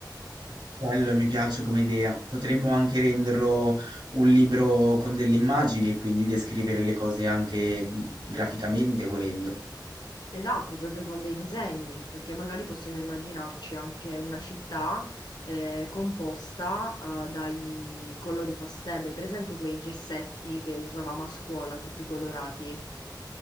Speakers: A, on the right (about 70°); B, on the left (about 65°).
A: Bello, mi piace come idea. Potremmo anche renderlo un libro con delle immagini e quindi descrivere le cose anche mm, graficamente, volendo.
B: Esatto, proprio con dei disegni, perché magari possiamo immaginarci anche una città eh, composta eh, dai colori pastello. Hai presente quei gessetti che usavamo a scuola, tutti colorati?